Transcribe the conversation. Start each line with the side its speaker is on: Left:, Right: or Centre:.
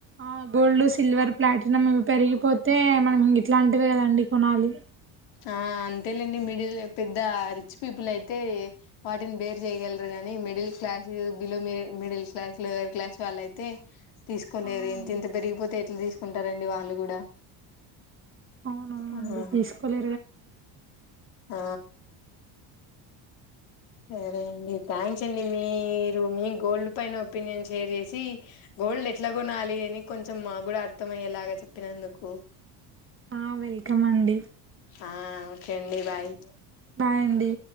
Right: ఆ గోల్డ్ సిల్వర్ ప్లాటినం పెరిగిపోతే మనం గిట్లాంటివే కదండి కొనాలి
Left: ఆ అంతేలేండి మిడిల్ పెద్ద రిచ్ పీపుల్ అయితే వాటిని బేర్ చేయగలరు గాని middle class below middle middle class lower class వాళ్ళయితే తీసుకోలేరు
Right: అవునండి
Left: ఎంత ఎంత పెరిగిపోతే ఎట్లా తీసుకు కుంటారండి వాళ్ళు కూడా
Right: అవునవునండి
Left: ఆ
Right: తీసుకోలే
Left: ఆ సరే అండి థ్యాంక్స్ అండి మీరు మీ గోల్డ్ పైన ఒపీనియన్ షేర్ చేసి గోల్డ్ ఎట్లా కొనాలి అని కొంచెం మా కూడా అర్థ అయ్యేలాగా చెప్పినందుకు.
Right: ఆ వెల్కమ్ అండి
Left: ఆ ఒకే అండి బాయ్
Right: బై అండి